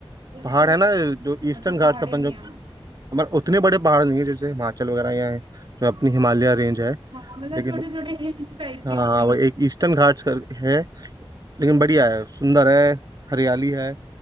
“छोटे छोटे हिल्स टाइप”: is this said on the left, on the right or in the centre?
Right